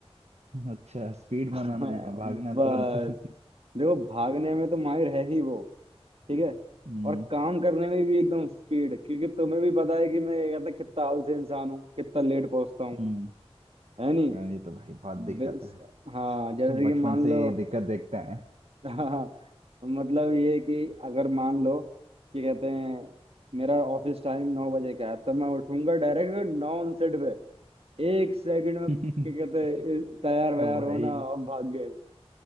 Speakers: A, on the right; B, on the right.
A: अच्छा स्पीड
B: <laughs>
A: बनाना
B: बस
A: है भागना है तुरंत <laughs>
B: देखो भागने में तो माहिर है ही वो ठीक है
A: हम्म
B: और काम करने में भी एकदम स्पीड क्योंकि तुम्हें भी पता है कि मैं ये कहता कितना आलसी इंसान हूँ कितना लेट पहुंचता हूँ
A: हम्म
B: है नहीं
A: हाँ, ये तो भाई बहुत दिक्कत
B: बिल-
A: है
B: हाँ जैसे
A: हम बचपन
B: कि मान
A: से
B: लो
A: ये दिक्कत देखते हैं
B: <laughs> हाँ मतलब ये कि अगर मान लो कि कहते हैं मेरा ऑफिस टाइम नौ बजे का है तब मैं उठूंगा डायरेक्ट नौ उनसठ पे एक सेकंड में
A: <laughs>
B: क्या कहते हैं तैयार वैयार
A: भाई
B: होना और भाग गए